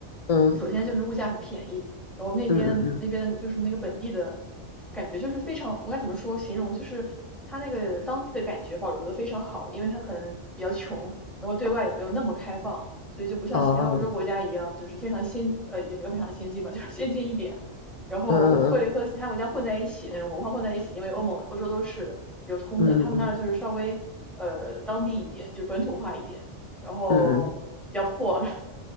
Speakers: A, on the left; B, in the centre.
A: 嗯
B: 首先就是物价很便宜，然后那边那边的就是那个本地的
A: 嗯嗯嗯嗯
B: 感觉就是非常，我该怎么说形容就是。它那个当地的感觉保留的非常好，因为它可能比较穷，然后对外也没有那么开放，所以就不像其他欧洲国家一样，
A: 哦，
B: 就是非常先呃也没有非常先进吧，就是先进一点，然后会会和其他国家混在一起那种文化混在一起，
A: 嗯嗯
B: 因为欧盟欧洲都是流通的，
A: 嗯嗯
B: 他们那儿就是稍微呃当地一点，就是本土化一点，然后比较破，
A: 嗯嗯
B: <laughs>